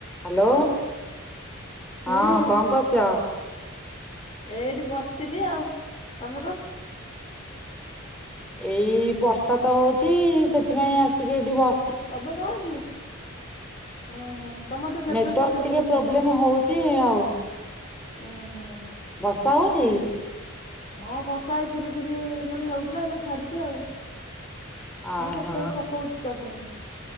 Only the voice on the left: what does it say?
ହୁଁ
ଏଇଠି ବସିଥିଲି ଆଉ ତମର?
ତମେ କଣ କି ହୁଁ ହୁଁ। ତମର ଟିକେ ନେଟୱାକ
ପ୍ରୋବଲେ
ହଉଚି
ନା କଣ
ହୁଁ ହୁଁ।
ଏଇ ହଁ ବର୍ଷା ଏଇ ଫିରି ଫିରି ମାନେ ହଉଥିଲା ଏଇଖିନା ଛାଡିଛି ଆଉ।
ମାନେ ତଥାବି ପକଉଛିି ତ ପୁଣି।